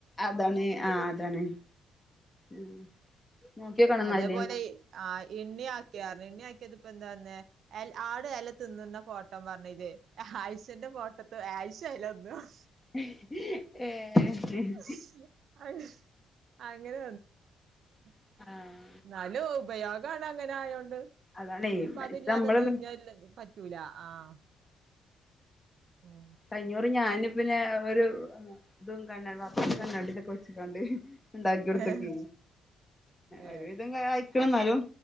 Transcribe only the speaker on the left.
അതാണ് ആഹ് അതാണ്. ഉം. നോക്കിയോക്കണംന്നാല്
<unintelligible> ഏഹ്
<unintelligible>
അതാണേ
ഇത് നമ്മള്
കയിഞ്ഞുറി ഞാന് പിന്നെ ഒരു തും കണ്ണാ പാപ്പാന്റെ കണ്ണാടിതോക്കെ വെച്ചിക്കാണ്ട് ണ്ടാക്കി കൊടുതക്കി.
ഒരുവിധം അയിക്ണ് ന്നാലും